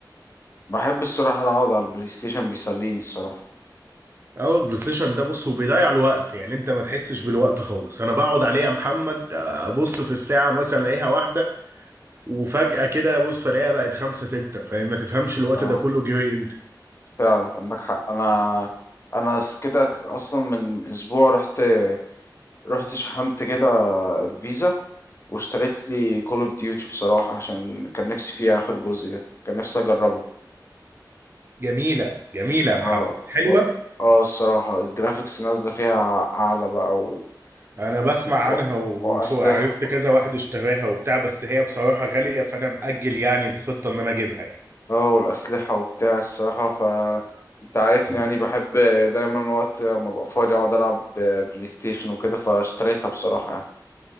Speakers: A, on the left (about 35°); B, on the right (about 30°).
A: بحب الصراحة أقعد على البلاي ستيشن بيسليني الصراحة
B: اول بلاي ستيشن ده بص هو بيضيع الوقت يعني انت ما تحسش بالوقت خالص انا بقعد عليه يا محمد ابص في الساعه مثلا الاقيها واحده وفجاه كده ابص الاقيها بقت خمسة ستة فاهم ما تفهمش الوقت
A: اه
B: ده كله جه امتى
A: فعلا عندك حق انا انا س- كده ك- اصلا من اسبوع رحت رحت شحنت كده الفيزا واشتريت لي كول اوف ديوتي بصراحة عشان كان نفسي فيها اخر جزء ده كان نفسي اجربه
B: جميله جميله
A: اه
B: يا محمد حلوه
A: و- اه الصراحة الجرافيكس نازلة فيها اعلى بقى و...
B: انا بسمع
A: و...
B: عنها وشو
A: واسلحة
B: عرفت كذا واحد اشتراها وبتاع بس هي بصراحه غاليه فانا مأجل يعني الخطه ان انا اجيبها يعني
A: اه والاسلحة وبتاع الصراحة ف انت عارفني
B: م.
A: يعني بحب دايما وقت ما ببقى فاضي اقعد العب بلاي ستيشن وكده فاشتريتها بصراحة يعني.